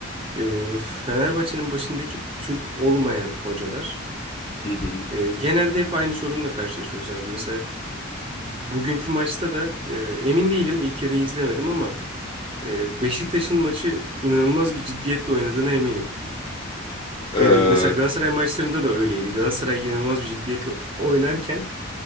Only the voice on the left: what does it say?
Hı hı.
Ee,